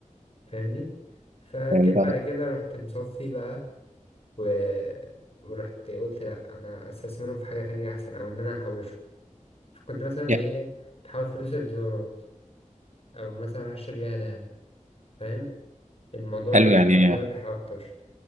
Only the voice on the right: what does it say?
فاهم بقى؟
يا،
حلو
يعني